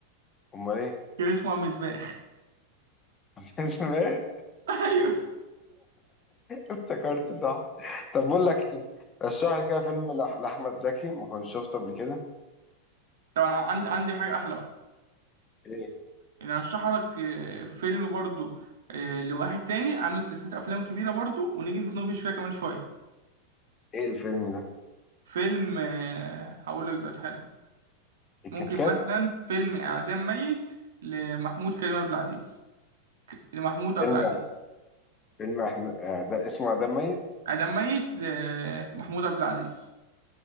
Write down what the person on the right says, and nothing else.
كان اسمه عم مسباح
<laughs> ايوه
طبعا عندي عندي حاجة احلى بقى
انا ارشح لك آه، فيلم برضو آه، لواحد تاني عامل سلسلة افلام كبيرة برضو ونيجي نتناقش فيها كمان شوية
فيلم آه، هقول لك دلوقتي حالا
ممكن
مثلا فيلم اعدام ميت لمحمود كريم عبد العزيز ك- لمحمود عبد
العزيز
اعدام ميت لمحمود عبد العزيز